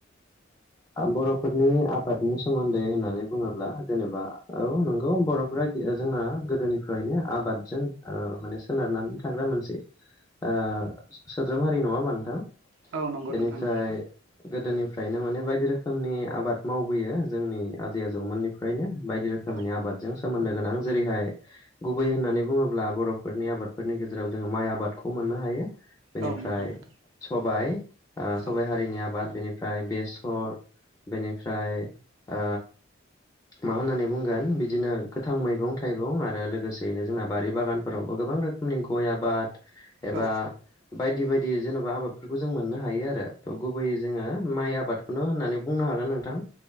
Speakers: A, on the left (about 20°); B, on the right (about 85°).
A: बर' फोरनि आबादनि सोमोन्दै होननानै बुङोब्ला जेनेबा औ नंगौ बर'फोरा जोंना गोदोनिफ्रायनो आबादजों ओ माने सोनारनानै थाग्रा मोनसे ओ सोद्रोम हारि नङा होमबा नोंथां
B: औ नंगौ
A: बेनिफ्राय
B: नोंथां नंगौ
A: गोदोनिफ्रायनो माने बायदि रोखोमनि आबाद मावबोयो जोंनि आजै आजौमोननिफ्रायनो बायदि रोखोमनि
B: औ
A: आबादजों सोमोन्दो गोनां जेरैहाय गुबै होननानै बुङोब्ला बर'फोरनि आबादफोरनि गेजेराव जोङो माइ आबादखौ मोननो हायो बेनिफ्राय
B: औ नंगौ नोंथां
A: सबाइ ओ
B: औ
A: सबाइ हारिनि आबाद बेनिफ्राय बेसर बेनिफ्राय ओ मा होननानै बुंगोन बिदिनो गोथां मैगं-थाइगं आरो लोगोसेयैनो जोंना बारि बागानफोरावबो गोबां रोखोमनि गय आबाद एबा
B: औ
A: बायदि बायदि जेनबा आबादफोरखौ जों मोननो हायो आरो गुबैयै जोङो माइ आबादखौनो होननानै बुंनो हागोन नोंथां